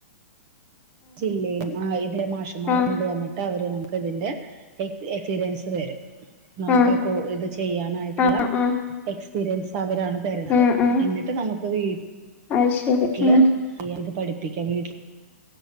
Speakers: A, on the right; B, on the left.
A: ജില്ലയിൽ ആഹ് ഇവരെ മാഷുമാരെ
B: ആഹ്
A: കൊണ്ടുവന്നിട്ട് അവരെ നമുക്ക് ഇതിന്റെ എക്സ് എക്സ്പീരിയൻസ് തരും, നമുക്ക്
B: ആഹ്
A: ആ കോ ഇത് ചെയ്യ ചെയ്യാനായിട്ടുള്ള
B: ആഹ്
A: എക്സ്
B: ആഹ്
A: എക്സ്പീരിയൻസ് അവരാണ് തരുന്നത്,
B: ആഹ് ആഹ്
A: എന്നിട്ട് നമുക്ക് വീ ട്ടിൽ
B: അത് ശരി ഉം
A: ഫ്രീ ആയിട്ട് പഠിപ്പി പ്പിക്കാം വീട്ടില്